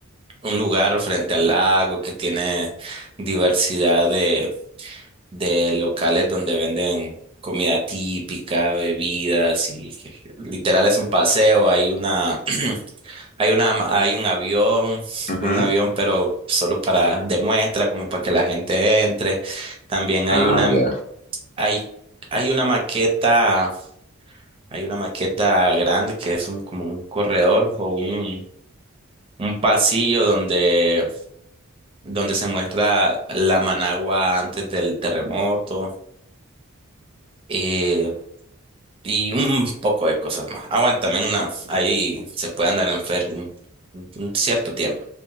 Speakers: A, on the right; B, on the left.
A: un lugar frente al lago que tiene diversidad de, de locales donde venden comida típica, bebidas y literal es un paseo. Hay una <clears throat> Hay una, hay un avión,
B: Ujú.
A: un avión, pero solo para demuestra, como para que la gente entre. También
B: Ah,
A: hay una,
B: ya.
A: hay, hay una maqueta, hay una maqueta grande que es un, como un corredor o un, un pasillo donde, donde se muestra la Managua antes del terremoto. eh, y un poco de cosas más. Ah, bueno, también una, ahí se puede andar en ferry un, un- un cierto tiempo.